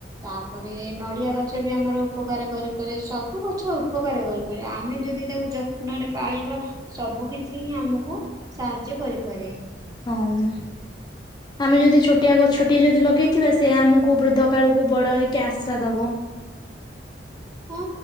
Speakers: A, on the right; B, on the left.
A: ତାପରେ ନଡ଼ିଆ ଗଛ ବି ଆମର ଉପକାର କରିପାରେ, ସବୁ ଗଛ ଉପକାର କରିପାରେ, ଆମେ ଯଦି ତାକୁ ଯତ୍ନରେ ପାଳିବା, ସବୁ କିଛି ହିଁ ଆମକୁ ସାହାଯ୍ୟ କରିପାରେ।
B: ହଁ ମ୍। ଆମେ ଯଦି ଛୋଟିଆ ଗଛଟିଏ ଯଦି ଲଗେଇଥିବା, ସେ ଆମକୁ ବୃଦ୍ଧ କାଳକୁ ବଡ ହେଇକି ଆଶ୍ରା ଦବ।
A: ହଁ,